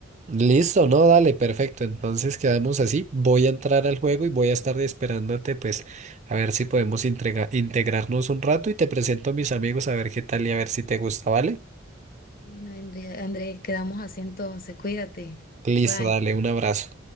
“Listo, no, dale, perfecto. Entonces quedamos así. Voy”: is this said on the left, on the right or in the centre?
Right